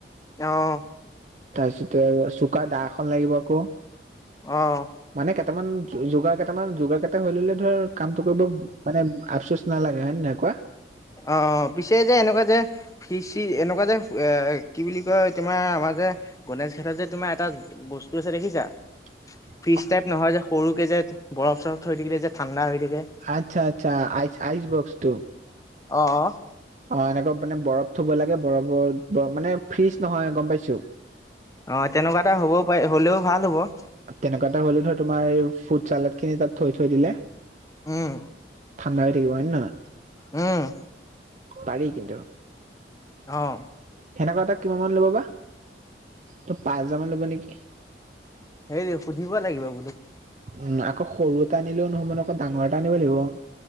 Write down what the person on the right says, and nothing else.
তাৰপিছতে চোকা দা এখন লাগিব আকৌ।
মানে কেইটামান যোগাৰ কেইটামান যোগাৰ কেইটা হৈ ললে ধৰ কামটো কৰিব। মানে আফচোচ নালাগে হয় নে নহয় কোৱা?
<inaudible>
আচ্ছা আচ্ছা আইচ আইচ বক্সটো।
অঁ, এনেকুৱা মানে বৰফ থব লাগে বৰফত বৰ মানে ফ্ৰিজ নহয় গম পাইছো।
তেনেকুৱা এটা হ'লে ধৰ তোমাৰ এই ফুড চালাড খিনি তাত থৈ থৈ দিলে।
ঠাণ্ডা হৈ থাকিব হয় নে নহয়।
পাৰি কিন্তু',
সেনেকুৱা এটা কিমান মান ল'ব বা, ত পাঁচ হাজাৰ মান ল'ব নেকি?
উম', আকৌ সৰু এটা আনিলেও নহ'ব ন অকণ ডাঙৰ এটা আনিব লাগিব',